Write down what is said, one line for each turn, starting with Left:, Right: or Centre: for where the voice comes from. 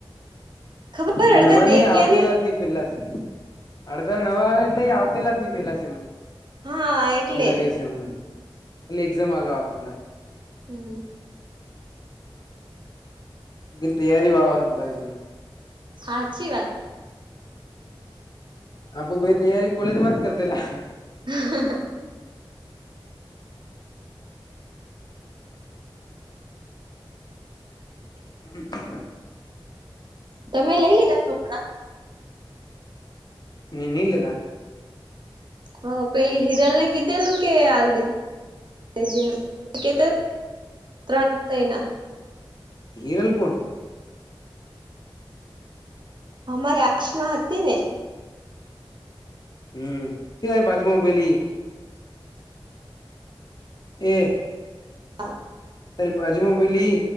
Right: ખબર
Left: એ
Right: અડધા
Left: નવા
Right: દેખ્યા
Left: નહ આવતેલા
Right: ને
Left: જ ન પેલા અડધા નવા આવે એટલે એ આવલા જ નહ પેલા સમમાં
Right: હા એટલે
Left: એલાસમ એ એક્ઝામ આપલા
Right: હમ.
Left: લેકન તૈયારી વાળા હોય બધા એ
Right: હાચી વાત.
Left: આપુ ભ તૈયારી કોલેજમાં જ કરતીલા.
Right: હા
Left: હ <inaudible>
Right: તમે લઈ લીધા <unintelligible>
Left: નઈ લીધા
Right: હ પેલી હિરલ ને કીધેલું કે આે <inaudible> <inaudible> છે ત્રણ થય ના
Left: હીરલ કોણ.
Right: અમારી <inaudible> આસમાં હતી ને.
Left: હમ <inaudible> એય બાજુમાં ઊભેલી. એ
Right: અું
Left: તારે બાજુમાં પેલી